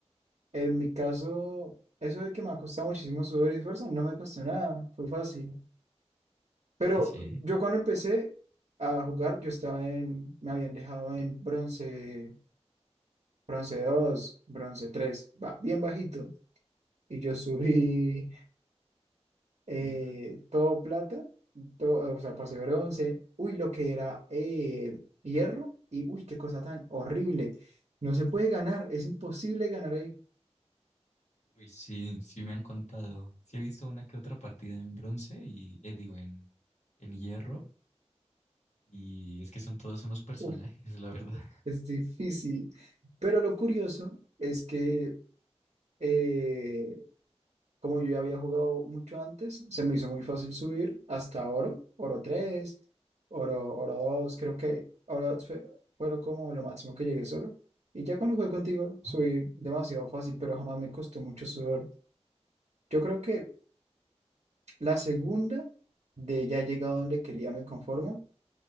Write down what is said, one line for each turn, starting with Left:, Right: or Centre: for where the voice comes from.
Right: En mi caso, eso de que me ha costado muchísimo sudor y esfuerzo, no me costó nada, fue fácil. Pero
Left: Sí, sí.
Right: yo cuando empecé a jugar, yo estaba en, me habían dejado en bronce, bronce 2, bronce 3, ba- bien bajito. Y yo subí eh,
Left: <clears throat>
Right: todo plata, todo, o sea, pasé bronce, uy, lo que era eh, hierro, y uy, qué cosa tan horrible. No se puede ganar, es imposible ganar ahí.
Left: <laughs> Uy, sí, sí me han contado. Sí he visto una que otra partida en bronce y, eh, digo, en, en hierro. Y es que son todos unos personajes,
Right: Uf,
Left: la verdad.
Right: es
Left: <laughs>
Right: difícil. Pero lo curioso es que eh, Como yo ya había jugado mucho antes, se me hizo muy fácil subir hasta oro, oro 3, oro, oro 2, creo que oro fue, fueron como lo máximo que llegué solo. Y ya cuando jugué contigo, subí
Left: Ah,
Right: demasiado fácil, pero jamás me costó mucho subir. Yo creo que la segunda de ya he llegado donde quería me conformo.